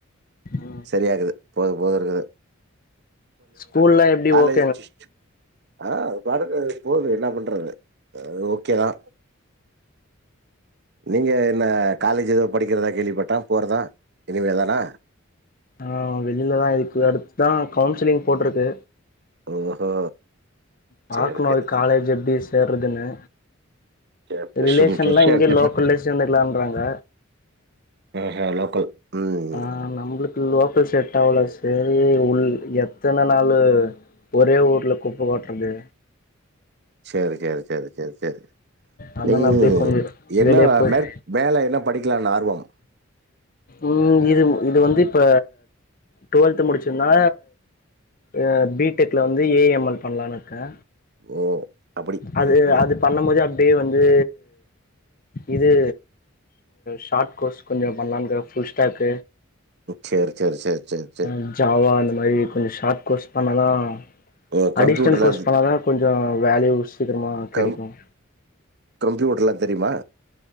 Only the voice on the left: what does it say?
ம்
ஸ்கூல்லா எப்டி ஓப்
ஆ வெளிலதா இதுக்கு அடுத்துதா கவுன்சிலிங் போட்டிருக்கு
பாக்கணு
அது காலேஜ்
எப்டி சேர்றதுன்னு
ரிலேஷன்லா இங்கே லோக்கல்லே
சேந்துக்கலான்றாங்க
ஆ நம்மளுக்கு லோக்கல் செட்டாவ்ல சேரி உள் எத்தன நாளு ஒரே ஊர்ல குப்ப கொட்றது
அதனால
அப்டியே கொஞ்ச
வெளிய
போய்ட்டு
ம் இது இது வந்து இப்ப டுவெல்த்து முடிச்சிருந்தா அ பி டெக்ல வந்து ஏ எம் எல் பண்ணலானு இருக்கே
அது
அது பண்ணும் போதே அப்படியே வந்து இது ஷார்ட் கோர்ஸ் கொஞ்சம் பல்லாண்டு ஃபுல் ஸ்டாக்
ஹ் ஜாவா இந்தந்த மாதிரி கொஞ்சம் ஷார்ட் கோஸ்ட் பண்ணலாம்
அடிஷனல் கோர்ஸ் பண்ணாதானே கொஞ்சம் வேல்யூ சீக்கிரமா
கிடைக்கும்